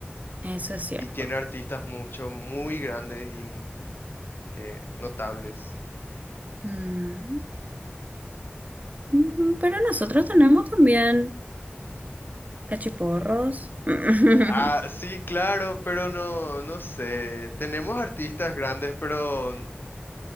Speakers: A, on the right; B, on the left.
A: eso es cierto.
B: Y tiene artistas mucho, muy grandes y mm, eh, notables.
A: Mm, mm, Pero nosotros tenemos también cachiporros. <laughs>
B: Ah, sí, claro, pero no, no sé. Tenemos artistas grandes, pero